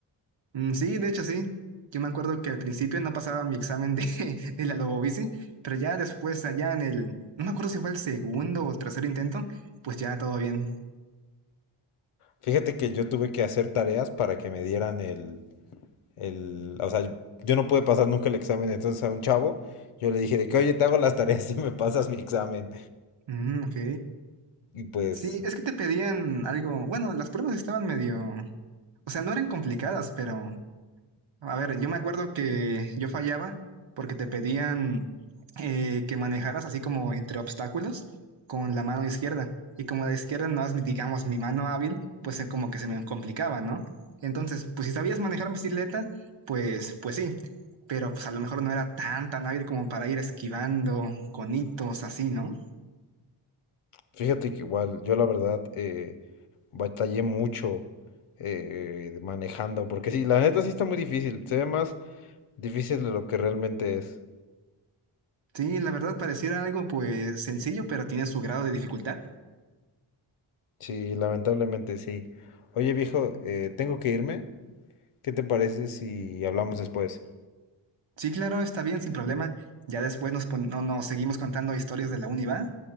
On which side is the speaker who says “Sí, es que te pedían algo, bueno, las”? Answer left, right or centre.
Right